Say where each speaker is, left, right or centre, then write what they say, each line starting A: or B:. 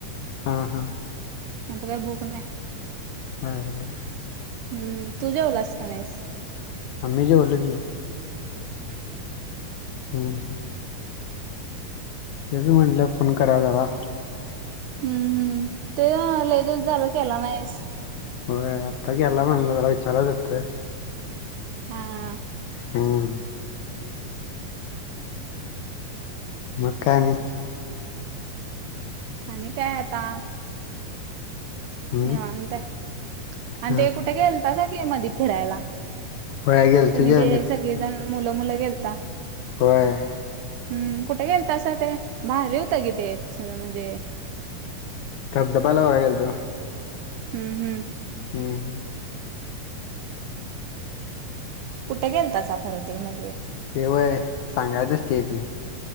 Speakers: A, on the left; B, on the right.
A: अंह
B: आता काय भूक न्हाई.
A: बर बर.
B: हं, तू जेवलास का नाईस?
A: आम्ही जेवलो की, हम.
B: ह
A: <unintelligible> म्हणलं फोन कररा जवा
B: हं हं, ते लई दिस झालं केला नाईस.
A: होय, आत्ता गेला म्हणलं जरा विचारा त्तय.
B: हाआ
A: हम मग क्क्काय आनी?
B: आनी काय आता?
A: हम्म
B: निवांते, आन
A: हां
B: ते कुटे गेल्ता था की मधी फिरायला.
A: होय गेलतो
B: तुमी
A: की आम्ही
B: ते, सगळेजन मुलं मुलं गेल्ता
A: व्हय
B: हम, कुठे गेल्तासा ते? भारी होतं कि ते च म्हणजे
A: तब तपायला व्हाया गेल्तो
B: हं हं
A: हम्
B: कुठे गेल्तासा खरं ते म्हंजे?
A: तेवय? सांगायतच तें बी